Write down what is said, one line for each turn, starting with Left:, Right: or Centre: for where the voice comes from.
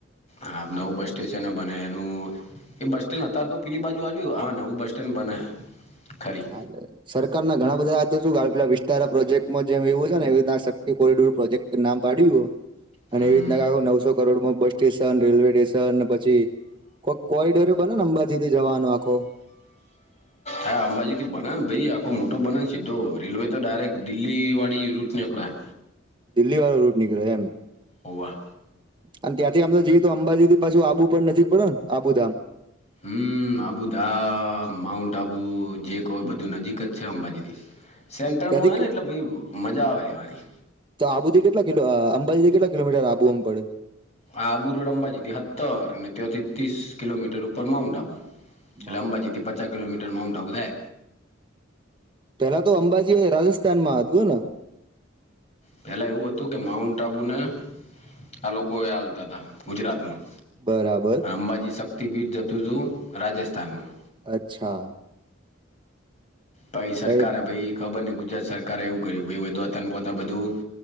Left: હા નવું બસ સ્ટેશન બને એનું એ બસ સ્ટેન્ડ અત્યારે તો પેલી બાજુ આ્યું હો હા ને એવું બસ સ્ટેન્ડ બને ખરી
Right: હા સરકાર ના ઘણા બધા તો શું પેલા વિસ્તારા પ્રોજેક્ટ જેમ એવું છે એવી રીતે શક્તિ કોરિડોર પ્રોજેક્ટ નામ પાડ્યું
Left: હમ
Right: અને એવી રીતના ક નવસો crore bus station railway station ને પછી કો કોરિડોરે બને ને અંબાજી થી જવાનો આખો
Left: હા અંબાજીથી બનેને ભાઈ આખો મોટો બનેને સીધો રેલવે તો ડાયરેક્ટ દિલ્હીવાળી રૂટ નીકળાય
Right: દિલ્હી વાળો રૂટ નીકળ્યો એમ
Left: ઓવા
Right: અને ત્યાંથી અમ તો જય તો અંબાજી પાછું આબુ પણ નજીક પડે ને આબુધામ
Left: હમ આબુધા માઉન્ટ આબુ જે કોય
Right: હમ.
Left: બધું નજીક જ છે અંબાજીથી સેન્ટરમાં
Right: ત્યાંથી
Left: હોય
Right: કે-
Left: ને એટલે ભ મજા આવે રહેવાની
Right: તો આબુથી કેટલા કિ અંબાજીથીટ કિલોમીટર આબુ અમ પડે
Left: આ આબુ રોડ અંબાજી થી સતર અને ત્યાથી ત્રીસ કિલોમીટર ઉપર માઉન્ટ આબુ ચ
Right: માઉન્ટ
Left: લંબા જી
Right: આબુ
Left: હતી પચ કિલોીટર માઉન્ટા ઉધર
Right: પેલા તો અંબાજી રાજસ્થાન માં હત ગું ને
Left: પેલા એવું હતું કે માઉન્ટ આબુને આ લોકો હાલતા હતા ગુજરાતમાં
Right: બરાબર
Left: અંબાજી શક્તિપીઠ જતું છું રાજસ્થાનમાં
Right: અચ્છા
Left: પ સરકારે
Right: એટલે
Left: ભાઈ ખબર નઈ ગુજરાત સરકારે એવું કર્યુંચુ અતન બોતા બધું